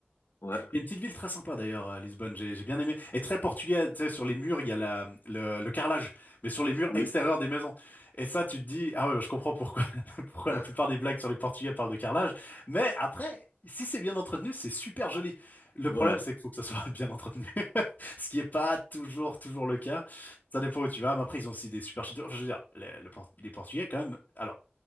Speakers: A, on the left; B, on the left.
A: Ouais,
B: Il y a une petite ville très sympa d'ailleurs, euh, Lisbonne, j'ai j'ai bien aimé. Et très portugais, tu sais, sur les murs, il y a la, le, le carrelage, mais sur les murs
A: oui,
B: extérieurs des maisons. Et ça, tu te dis, ah ouais, bah, je comprends pourquoi, <laughs> pourquoi
A: <laughs>
B: la plupart des blagues sur les Portugais parlent de carrelage. Mais après, si c'est bien entretenu, c'est super joli. Le
A: ouais,
B: problème, c'est qu'il faut que ça soit <laughs> bien entretenu, <laughs> ce qui est pas toujours, toujours le cas. Ça dépend où tu vas, mais après, ils ont aussi des super châteaux. Enfin, je veux dire, les, le Port- les Portugais, quand même, alors,